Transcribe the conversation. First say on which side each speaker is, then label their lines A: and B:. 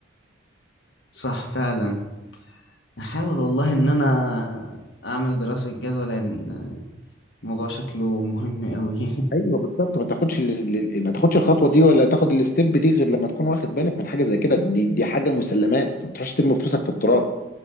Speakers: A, on the left; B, on the left.
A: صح فعلا أحاول والله إن أنا أعمل دراسة جدوى لأن الموضوع شكله مهم أوي
B: ايوه بالظبط ما تاخدش ال... ال- ما تاخدش الخطوه دي ولا تاخد الستيب دي غير لما تكون واخد بالك من حاجه زي كده دي دي حاجه مسلمات ما تروحش ترمي فلوسك في التراب